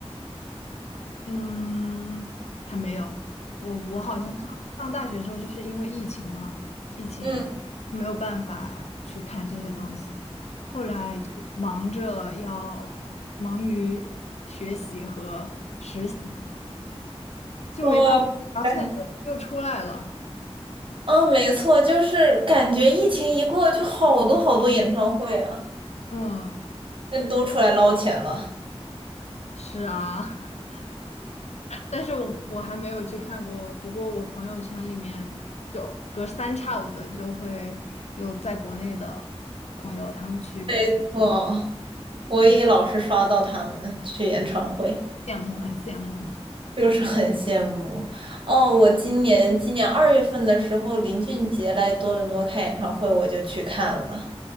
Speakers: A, on the left (about 85°); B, on the right (about 50°).
A: 嗯，还没有。我我好像上上大学之后，就是因为疫情嘛，疫情没有办法去看这些东西，
B: 嗯，
A: 后来就忙着要忙于学习和实习，就没办法。
B: 哦，
A: 然后现在又又出来了。
B: 哎，哦，没错，就是感觉疫情一过，就好多好多演唱会啊，
A: 嗯，
B: 那都出来捞钱了。
A: 是啊，<laughs> 但是我我还没有去看过。不过我朋友圈里面就隔三差五的就会有在国内的朋友，他们去
B: 没错，我也老是刷到他们去演唱会。
A: 羡慕，很羡慕。
B: 就是很羡慕。哦，我今年今年二月份的时候，林俊杰来多伦多开演唱会，我就去看了。